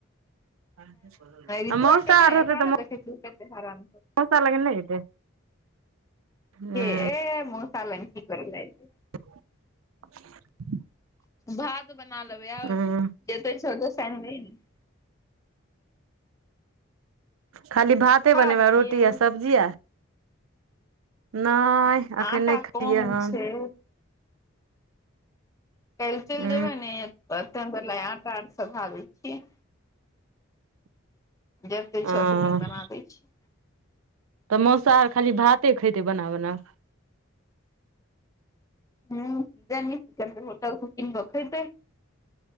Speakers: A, on the right; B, on the left.
A: आ
B: ऋतुआ
A: मौसा
B: के नहि
A: रहतै
B: ओकरा
A: तऽ
B: नहि
A: म
B: देखै छी कते हरान
A: मौसा लग नै एतै। ह
B: के ए मौसा लंग की करैलै एते।
A: <inaudible>
B: भात बना लेबै और
A: ह
B: जेतै छो ओते सैन दहि नै।
A: खाली भाते
B: खा
A: बनेबै,
B: लेलियै
A: रोटी आ सब्जी आ नैह
B: आटा
A: एखन नै खेलियै
B: कम
A: हन।
B: छै काएल चैल
A: ह
B: जेबै नै त परथन <unintelligible> आटा आर सधा दै छियै। जते
A: ह
B: छै ओतनी बना दै छी।
A: तऽ मौसा आर खाली भाते खैते बना-बना।
B: हुं ताए नीक करतै होटल से किन के खैते।